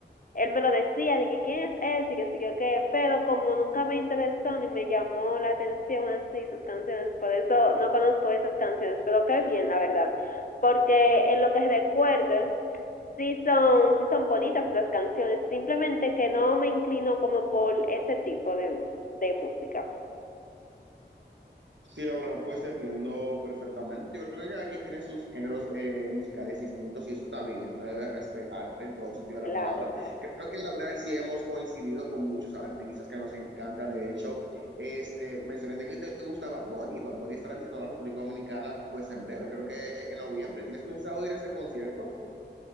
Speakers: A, on the left (about 50°); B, on the right (about 80°).
A: él me lo decía, de que quién es ese, y que sí, que qué, pero como nunca me interesó ni me llamó la atención así sus canciones, por eso no conozco esas canciones, pero qué bien, la verdad, porque en lo que recuerde, sí son, sí son bonitas las canciones, simplemente que no me inclino como por ese tipo de, de música.
B: Sí, la verdad, pues te entiendo perfectamente. Yo creo que cada quien tiene sus géneros eh, musicales distintos y eso está bien, eso se debe respetar en todo sentido de la
A: Claro,
B: palabra.
A: claro.
B: Creo que la verdad sí hemos coincidido con muchos artistas que nos encanta. De hecho, este, mencionaste que te gusta Bad Bunny. Bad Bunny estará visitando la República Dominicana pues en breve, creo que en noviembre. ¿Tienes pensado ir a ese concierto?